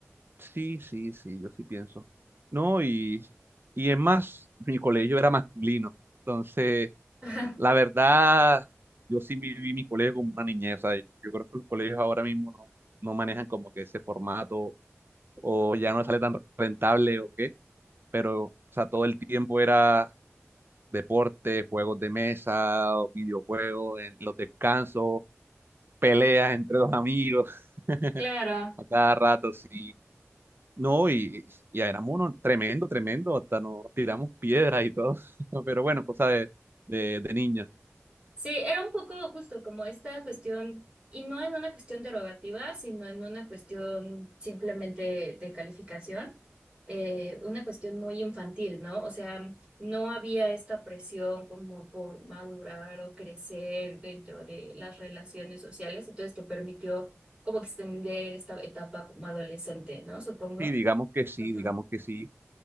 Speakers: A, on the right; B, on the right.
A: sí, sí, sí, yo sí pienso. No, y, y es más, mi colegio era masculino, entonces
B: Ajá.
A: la verdad, yo sí viví mi colegio como una niñez, o sea, yo creo que los colegios ahora mismo no, no manejan como que ese formato o ya no sale tan rentable o qué, pero o sea, todo el tiempo era deporte, juegos de mesa, videojuegos, en los descansos, peleas entre los amigos, <laughs>
B: Claro,
A: a cada rato, sí. No, y, y éramos unos tremendo, tremendo, hasta nos tiramos piedras y todo, <laughs> pero bueno, cosa de, de, de niños.
B: Sí, era un poco justo como esta cuestión, y no en una cuestión derogativa, sino en una cuestión simplemente de calificación, eh, una cuestión muy infantil, ¿no? O sea, no había esta presión como por madurar o crecer dentro de las relaciones sociales, entonces te permitió como extender esta etapa como adolescente, ¿no? Supongo.
A: Sí, digamos que sí,
B: Ujú.
A: digamos que sí.